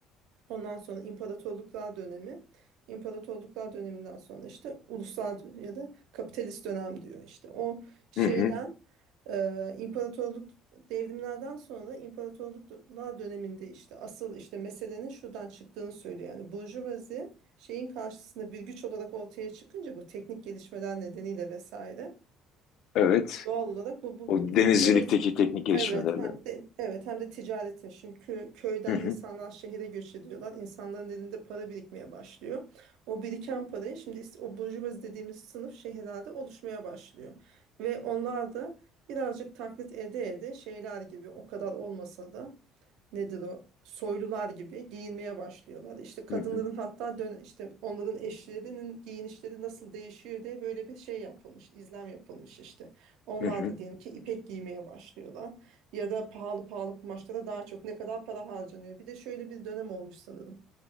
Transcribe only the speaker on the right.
ondan sonra imparatorluklar dönemi, imparatorluklar döneminden sonra işte uluslar ya da kapitalist dönem diyor işte. O şeyden
ee, imparatorluk devrimlerden sonra imparatorluklar döneminde işte asıl işte meselenin şuradan çıktığını söylüyor. Yani burjuvazi şeyin karşısında bir güç olarak ortaya çıkınca bu teknik gelişmeler nedeniyle vesaire
Doğal olarak bu bu
burcu ve
evet hem de evet hem de ticaretin şimdi kö- köyden
insanlar şehire göç ediyorlar. İnsanların elinde para birikmeye başlıyor. O biriken parayı şimdi is- o burjuvazi dediğimiz sınıf şehirlerde oluşmaya başlıyor. Ve onlar da birazcık taklit ede ede şeyler gibi o kadar olmasa da nedir o soylular gibi giyinmeye başlıyorlar. İşte kadınların
hatta dön işte onların eşlerinin giyinişleri nasıl değişiyor diye böyle bir şey yapılmış, izlem yapılmış işte. Onlar
da diyelim ki ipek giymeye başlıyorlar ya da pahalı pahalı kumaşlara daha çok ne kadar para harcanıyor. Bir de şöyle bir dönem olmuş sanırım.